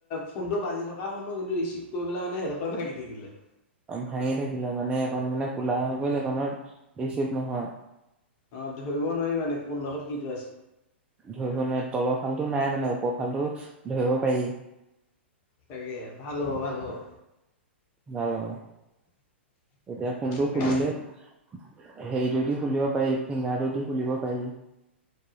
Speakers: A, on the left; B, on the right.
A: ফোনটো বাজি থকা শুনো কিন্তু ৰিচিভ কৰিবলে মানে হেদখই ভাগি থাকিলে।
B: ভাঙি থাকিলে মানে এইখন মানে কোলা হৈ গ'ল এইখনত এই ৰিচিপ নহয়।
A: অ', ধৰিব নোৱাৰি মানে কোনডোখৰত কিটো আছে
B: ধৰিব নোৱাই তলত ফালটো টো নাই মানে উপফালটো ধৰিব পাৰি।
A: তাকে ভাল হ'ব ভাল হ'ব।
B: ভাল হ'ব এতিয়া ফোনটো
A: তাকে
B: খুলিলে হেৰিটো দি খুলিব পাৰি ফিংগাৰটো দি খুলিব পাৰি।